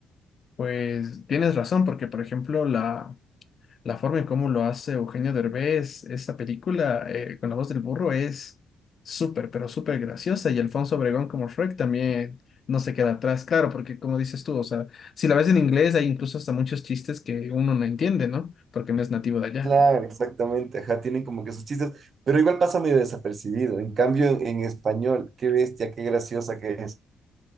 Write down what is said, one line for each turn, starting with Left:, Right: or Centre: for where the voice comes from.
Left: Pues tienes razón, porque por ejemplo, la, La forma en cómo lo hace Eugenio Derbez, esta película eh, con la voz del burro es súper, pero súper graciosa. Y Alfonso Obregón como Shrek también no se queda atrás, claro, porque como dices tú, o sea, si la ves en inglés hay incluso hasta muchos chistes que uno no entiende, ¿no? Porque no es nativo de allá.
Right: Claro, exactamente. Ajá, tienen como que sus chistes, pero igual pasa medio desapercibido. En cambio, en, en español, qué bestia, qué graciosa que es.